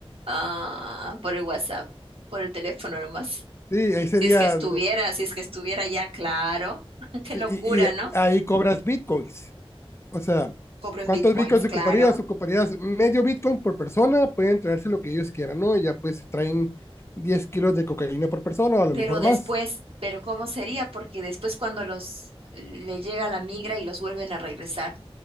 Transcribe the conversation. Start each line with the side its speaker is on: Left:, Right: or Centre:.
Right: Ah, por el WhatsApp, por el teléfono nomás.
Left: Sí, ahí sería,
Right: Si es que estuviera, si es que estuviera ya, claro. <laughs> Qué
Left: y,
Right: locura,
Left: y
Right: ¿no?
Left: ahí cobras bitcoins. O sea,
Right: Cobro en
Left: ¿cuántos
Right: bitcoins,
Left: bitcoins
Right: claro.
Left: ocuparías? Ocuparías medio bitcoin por persona, pueden traerse lo que ellos quieran, ¿no? Y ya pues se traen 10 kilos de cocaína por persona o a lo
Right: Pero
Left: mejor
Right: después,
Left: más,
Right: pero ¿cómo sería? Porque después cuando los le llega la migra y los vuelven a regresar,